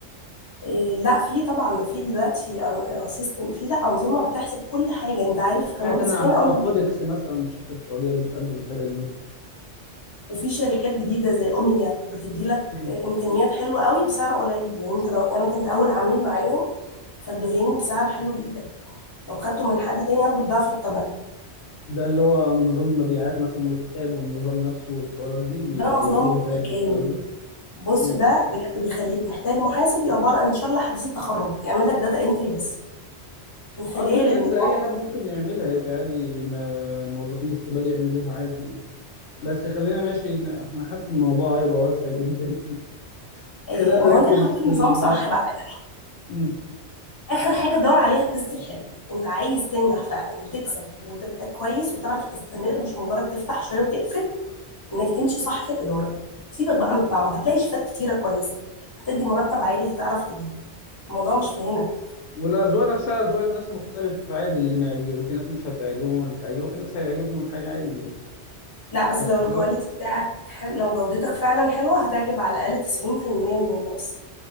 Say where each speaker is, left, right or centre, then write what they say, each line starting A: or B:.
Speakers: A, on the left (about 20°); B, on the left (about 75°).
A: إيه، لا في طبعا ده في دلوقتي أن- سيستم في لا انظمه بتحسب كل حاجه انت عارف كمان
B: سمعت انا
A: بس خلينا
B: على اه
A: اقول
B: فودكس
A: نبدا
B: مثلا الشركه السعوديه اللي بتقدم الحاجات دي
A: وفي شركات جديده زي اوميجا بتدي لك
B: مم.
A: إيه، امكانيات حلوه قوي بسعر قليل يعني انت لو انا كنت اول عميل معاهم فادوهاني بسعر حلو جدا لو خدته من حد تاني هاخده بضعف الثمن
B: ده اللي هو نظام المبيعات مثلا والتاب والنظام نفسه والحوارات دي اللي
A: ده
B: هو
A: نظام
B: الايباد
A: متكامل
B: والكلام ده
A: بص
B: مم.
A: ده بجد بيخليك محتاج محاسب عباره ان شاء الله حديث التخرج يعمل لك داتا انتري بس من خلال
B: اه الداتا
A: النظام
B: انتر اي حد ممكن يعملها يعني عادي ما موظفين الاستقبال يعملوها عادي يعني بس خلينا ماشي انا حاسس ان الموضوع هيبقى واسع جدا <laughs>
A: آه،
B: خلينا نركز
A: ما هو انت حاطط
B: في
A: النظام
B: البط
A: صح بقى
B: مم.
A: اخر حاجه دور عليها التست الحلو انت عايز تنجح فعلا وتكسب وتبقى كويس وتعرف تستمر مش مجرد تفتح شويه وتقفل انك تمشي صح في الاداره سيبك بقى من الطعم هتلاقي شيفات كتيره كويس هتدي مرتب عالي هتعرف تجيب الموضوع مش في هنا
B: والاذواق نفسها اذواق الناس مختلفه عادي اللي ما يعجب في ناس مش هتعجبهم الحاجه وفي ناس هيعجبهم الحاجه عادي يعني
A: لا بس
B: بس
A: لو الكواليتي بتاعك حل... لو جودتك فعلا حلوه هتعجب على الاقل 90% من الناس